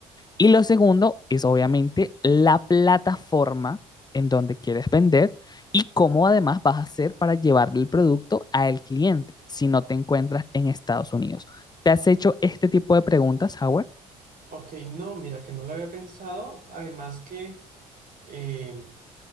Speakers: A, on the left; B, on the right.
A: Y lo segundo es obviamente la plataforma en donde quieres vender y cómo además vas a hacer para llevarle el producto al cliente si no te encuentras en Estados Unidos. ¿Te has hecho este tipo de preguntas, Howard?
B: Ok, no, mira que no lo había pensado, además que... em,